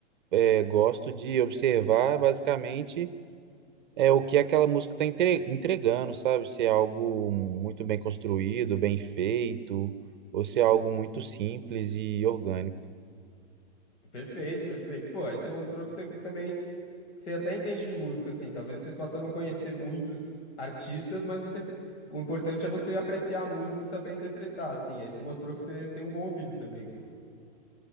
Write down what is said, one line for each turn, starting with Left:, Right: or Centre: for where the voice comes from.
Right: é, gosto de observar basicamente é, o que aquela música está entregando, sabe? Se é algo muito bem construído, bem feito, ou se é algo muito simples e orgânico.
Left: Perfeito, perfeito. Pô, aí você mostrou que você também que você até entende de música, assim. Talvez você possa não conhecer muitos artistas, mas você. O importante é você apreciar a música e saber interpretar, assim. Aí você mostrou que você tem um bom ouvido também, pô.